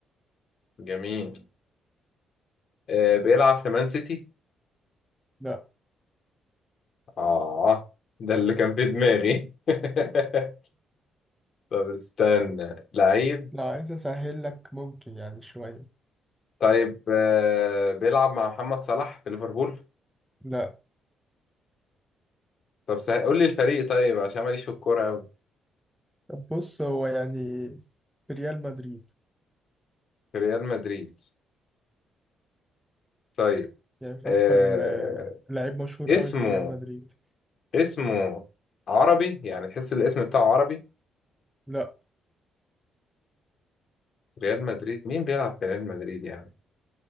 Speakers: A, on the left; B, in the centre.
A: جميل آه... بيلعب في مان سيتي؟
B: لا
A: آه ده اللي كان في دماغي <laughs> طب استنى لعيب
B: لا عايز اسهل لك ممكن يعني شويه
A: طيب آه... بيلعب مع محمد صلاح في ليفربول؟
B: لا
A: طب سه... قول لي الفريق طيب عشان ماليش في الكورة قوي
B: طب بص هو يعني في ريال مدريد
A: في ريال مدريد طيب
B: يعني فكر
A: آه...
B: آه، لعيب مشهور
A: اسمه
B: قوي في ريال مدريد
A: اسمه عربي يعني تحس الاسم بتاعه عربي
B: لا
A: ريال مدريد مين بيلعب في ريال مدريد يعني